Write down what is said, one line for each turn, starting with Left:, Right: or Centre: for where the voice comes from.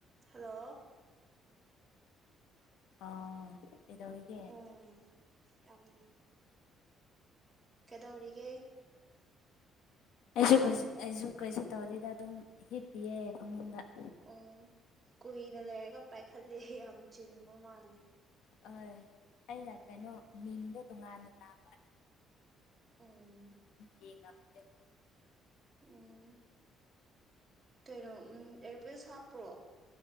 Right: Hello
Left: ꯑꯥ ꯀꯩꯗꯧꯔꯤꯒꯦ
Right: ꯎꯝ ꯌꯥꯝ ꯀꯩꯗꯧꯔꯤꯒꯦ
Left: ꯑꯩꯁꯨ ꯀꯩꯁꯨ ꯑꯩꯁꯨ ꯀꯩꯁꯨ ꯇꯧꯗ‌ꯦꯗ ꯑꯗꯨꯝ ꯍꯤꯞꯄꯤꯌꯦ ꯐꯃꯨꯡꯗ
Right: ꯑꯣ ꯀꯨꯏꯅ ꯂꯩꯔꯒ ꯄꯥꯏꯈꯠꯂꯍꯤ ꯌꯥꯝ ꯆꯤꯟꯕ ꯃꯥꯜꯂꯦ
Left: ꯍ‌ꯦꯏ ꯑꯩꯅ ꯀꯩꯅꯣ ꯃꯤꯡꯗꯣ ꯇꯣꯉꯥꯟꯅ ꯂꯥꯛꯄ
Right: ꯎꯝ
Left: ꯌ‌ꯦꯡꯉꯝꯗ‌ꯦ
Right: ꯎꯝ ꯀꯩꯅꯣ ꯎꯝ ꯑꯦꯌꯥꯔꯄꯤꯁ ꯍꯥꯞꯄ꯭ꯔꯣ